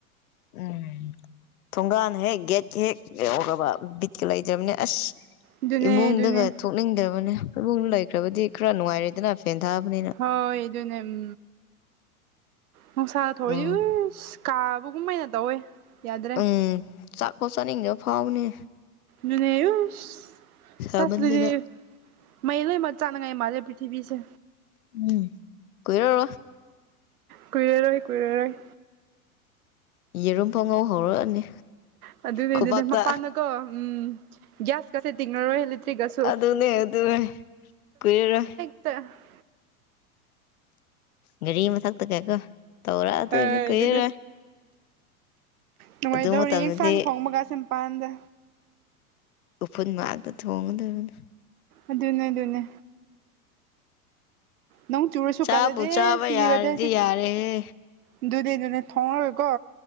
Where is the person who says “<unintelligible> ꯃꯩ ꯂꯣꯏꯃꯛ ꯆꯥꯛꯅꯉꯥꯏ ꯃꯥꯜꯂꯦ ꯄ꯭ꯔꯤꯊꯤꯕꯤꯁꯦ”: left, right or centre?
Right